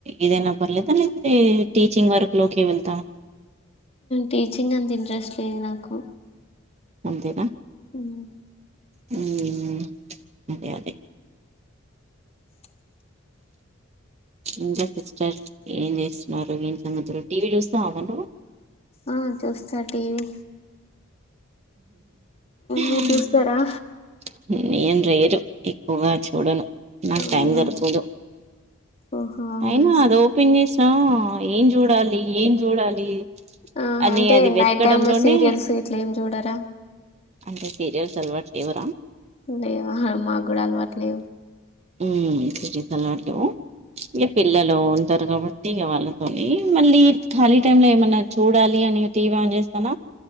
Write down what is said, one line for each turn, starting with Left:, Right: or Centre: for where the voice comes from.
Right: ఏదైనా పర్లేదా లేకపోతే టీచింగ్ వర్క్ లోకి వెళ్తాం
Left: టీచింగ్ అంత ఇంట్రెస్ట్ లేదు నాకు
Right: అంతే గా
Left: ఆమ్
Right: హమ్ అదే అదే
Left: <inaudible>
Right: ఇంకా సిస్టర్ ఏం చేస్తున్నారు ఏం సంగతులు టీవీ చూస్తావా నువ్వు
Left: ఆ చూస్తా టీవీ
Right: ంట ఏ <unintelligible>
Left: మీరు చూస్తారా
Right: ఎక్కువగా చూడను నాకు
Left: అవునా
Right: టైం దొరుకదు
Left: ఓహో అవునా
Right: అయినా అది ఓపెన్ చేసినా ఏం చూడాలి ఏం చూడాలి
Left: ఆ
Right: అని
Left: అంటే
Right: అది వెతకడంలోనే
Left: నైట్ టైమ్ లో సీరియల్స్ ఇట్లా ఏం చూడరా
Right: అంత సీరియస్ సల్వాట్వరా <unintelligible>
Left: లే అ మాకు కూడా అలువాట్లేవు
Right: హమ్ సలవాట్లు <unintelligible> ఈ పిల్లలు ఉంటారు కాబట్టి వాళ్ళతో మళ్ళీ ఖాళీ టై లో ఏమైన్నా చూడాలి అని టీవీ ఆన్ చేస్తామ